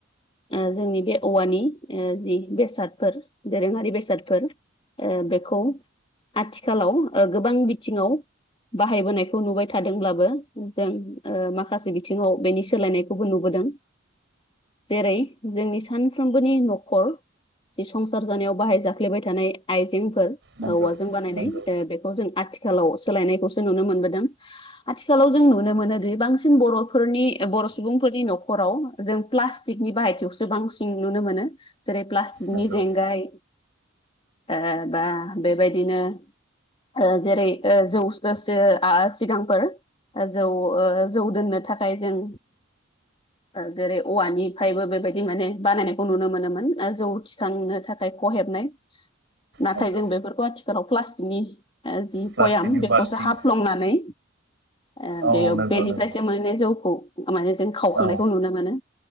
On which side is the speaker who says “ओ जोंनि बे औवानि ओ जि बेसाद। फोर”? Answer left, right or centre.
Left